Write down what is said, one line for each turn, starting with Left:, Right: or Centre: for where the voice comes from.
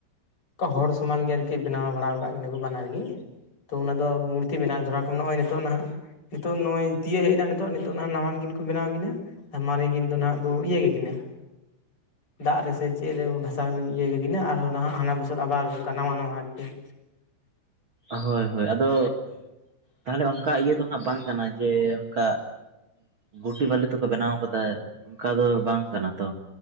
Left: ᱛᱚ ᱦᱚᱲ ᱥᱚᱢᱟᱱ ᱜᱮ ᱟᱨᱠᱤ ᱵᱮᱱᱟᱣ ᱵᱟᱲᱟ ᱟᱠᱟᱫ ᱠᱤᱱᱟ ᱠᱚ ᱵᱟᱱᱟᱨ ᱜᱤ, ᱛᱚ ᱚᱱᱟᱫᱚ ᱢᱩᱨᱛᱤ ᱢᱮᱱᱟᱜᱼᱟ ᱫᱷᱚᱨᱟ ᱠᱚ ᱱᱚᱜᱼᱚᱭ ᱱᱤᱛᱚᱜ ᱱᱟᱦᱟᱜ ᱱᱤᱛᱚᱜ ᱱᱚᱜᱼᱚᱭ ᱛᱤᱭᱟᱹᱜ ᱦᱮᱡ ᱮᱱᱟ ᱱᱤᱛᱚᱜ ᱱᱤᱛᱚᱜ ᱦᱦᱜ ᱱᱟᱣᱟᱱ ᱠᱤᱱ ᱠᱚ ᱵᱮᱱᱟᱣ ᱠᱤᱱᱟ᱾ ᱟᱨ ᱢᱟᱨᱮ ᱠᱤᱱ ᱫᱚ ᱱᱟᱸᱦᱟᱜ ᱠᱚ ᱤᱭᱟᱹ ᱜᱮᱠᱤᱱᱟ ᱾ ᱫᱟᱜ ᱨᱮᱥᱮ ᱪᱮᱫ ᱨᱮ ᱵᱷᱟᱥᱟᱣ ᱤᱭᱟᱹ ᱠᱤᱱᱟ ᱟᱨᱦᱚᱸ ᱱᱟᱸᱦᱟᱜ ᱦᱟᱱᱟ ᱵᱚᱪᱷᱚᱨ ᱟᱵᱟᱨ ᱱᱟᱣᱟ ᱱᱟᱣᱟ ᱟᱨᱠᱤ ᱾
Right: ᱦᱳᱭ ᱦᱳᱭ ᱟᱫᱚ ᱛᱟᱦᱚᱞᱮ ᱚᱱᱠᱟ ᱤᱭᱟᱹ ᱫᱚ ᱦᱟᱸᱜ ᱵᱟᱝ ᱠᱟᱱᱟ ᱡᱮ ᱚᱱᱠᱟ ᱜᱩᱴᱤ ᱵᱟᱞᱤ ᱛᱮᱠᱚ ᱵᱮᱱᱟᱣ ᱠᱟᱫᱟ ᱚᱱᱠᱟ ᱫᱚ ᱵᱟᱝ ᱠᱟᱱᱟ ᱛᱚ?